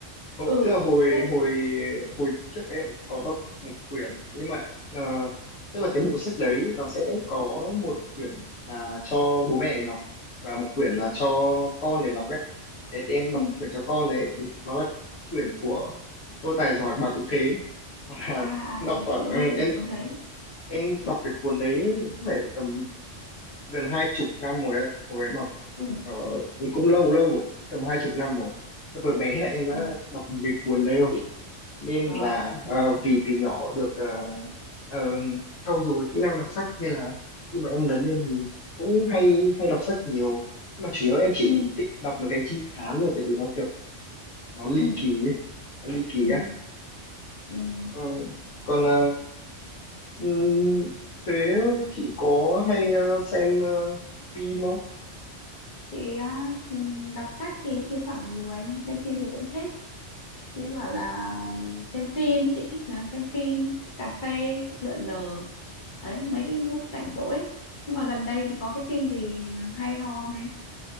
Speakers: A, on the left; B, on the left.
A: Ồ,
B: ừ
A: tức là hồi
B: nên
A: hồi hồi trước em có đọc một quyển nhưng mà ờ, tức là cái bộ sách đấy nó sẽ có một quyển là cho bố mẹ đọc và một quyển là cho con để đọc ấy. Thế thì em
B: ừ.
A: đọc quyển cho con đấy thì nó là quyển của Tôi tài giỏi bà cũng thế và <laughs>
B: à, à
A: đọc
B: ừ,
A: ở,
B: chị
A: ừ,
B: nghe về
A: em
B: cuốn đấy
A: em đọc cái cuốn đấy cũng phải tầm gần hai chục năm rồi ạ. hồi em học
B: ừ
A: ờ, cũng cũng lâu lâu rồi tầm hai chục năm rồi Từ hồi bé là em đã
B: ừ
A: đọc cái cuốn đấy rồi nên
B: Ờ,
A: là ờ, vì từ nhỏ được ờ, ờ, trau dồi kỹ năng đọc sách nên là khi mà em lớn lên thì cũng hay hay đọc sách nhiều Nhưng mà chủ yếu em chỉ
B: ừ
A: thích đọc mấy cái trinh thám thôi tại vì nó kiểu nó ly
B: ừ
A: kỳ ấy. nó ly kỳ
B: ừ
A: á
B: ừ.
A: Ờ, còn ờ, ừm, thế chị có hay ờ, xem ờ, phim không
B: chị á, ừ, đọc sách thì thi thoảng lười nhưng xem phim thì cũng thích
A: Ừ,
B: thế bảo là xem phim chị thích là xem phim thích cà phê thích lượn lờ đấy mấy cái lúc rảnh rỗi ấy. nhưng mà gần đây thì có cái phim gì hay ho không em